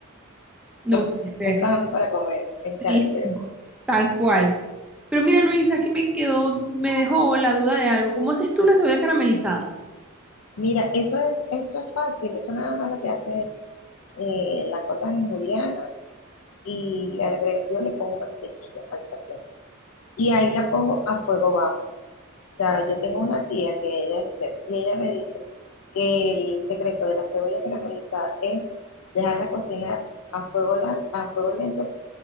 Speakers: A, on the left; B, in the centre.
A: <laughs>
B: No
A: Estás
B: puede ser.
A: trabajando para comer en
B: Sí,
A: Caracas.
B: tal cual. Pero mira, Noel, ¿sabes qué me quedó? Me dejó la duda de algo. ¿Cómo haces tú la cebolla caramelizada?
A: Mira, eso es, eso es fácil, eso nada más lo que hace eh, la cortas en juliana y le agre- yo le pongo mantequilla al sartén. Y ahí la pongo a fuego bajo. O sea, yo tengo una tía que ella es chef y ella me dice que el secreto de la cebolla caramelizada es dejarla cocinar a fuego, la- a fuego lento